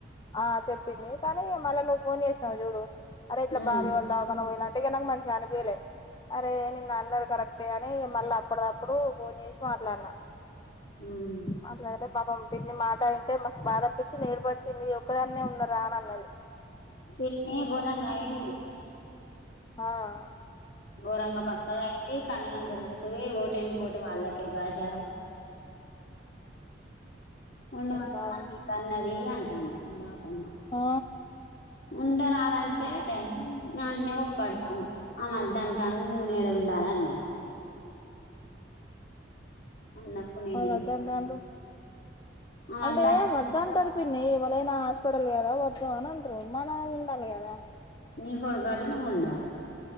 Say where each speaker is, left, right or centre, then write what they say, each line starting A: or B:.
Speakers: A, on the left; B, on the left.
A: ఆ చెప్పింది కానీ ఇగ మళ్ళీ నువ్వు ఫోన్ చేసినవ్ చూడు. అరే ఇట్ల
B: మ్మ్,
A: బాబాయ్ వాళ్ళు దావఖనకు పోయిల్లంటే ఇగ నాక్ మంచ్ కనిపియలే అరే నిన్న అన్నరు కరెక్టే అనీ ఇగ మళ్ళ అప్పడదప్పుడూ ఫోన్ చేసి మాట్లాడినా.
B: హుమ్
A: మాట్లాడితే పాపం పిన్ని మాట ఇంటే మస్ బాధ అనిపించింది ఏడుపొచ్చింది ఒక్ క్కదాన్నే ఉన్నరానన్నది.
B: పిన్ని ఘోరంగాయింది ఇహ్
A: ఆహ్
B: ఘోరంగ బక్కగయింది కళ్ళగంతల్ ఇరుస్క్ బొయ్ ఓటెనకఓటి వాళ్ళక్ గ గాచారం ఉండమంట
A: బాధ అనిపించింది
B: <inaudible> అన్నదీ అంటాంది బాపమ్మ
A: ఆ
B: ఉండరాదంటే నన్నే కోప్పడతాంది ఆమద్దంటా నీనేడ ఉండాలి అన్నది అన్నప్పుడు నేనేం
A: ఎవళ్ వద్దటాండ్రు
B: ఆమె
A: అంటే
B: వద్దంటంది
A: వద్దంటరు పిన్ని ఎవలైనా పడల్ లేద వద్దు అనన్న ట్రు మనం ఉండాలి కదా
B: నీ కొడుకటే నువు ఉండాలే